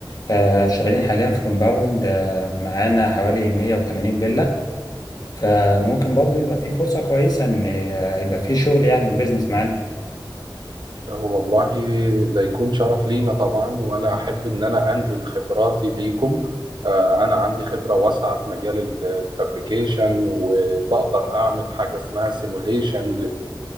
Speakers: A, on the left; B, on the right.
A: آه شغالين حاليا في كومباوند آه معانا حوالي 180 فيلا فممكن برضو يبقى فيه فرصة كويسة ان آه، يبقى فيه شغل يعني وبزنس معانا
B: هو والله ده يكون شرف لينا طبعا وأنا أحب إن أنا أنقل خبراتي ليكم آه، أنا عندي خبرة واسعة في مجال ال- الفابريكيشن وبقدر أعمل حاجة اسمها سيموليشن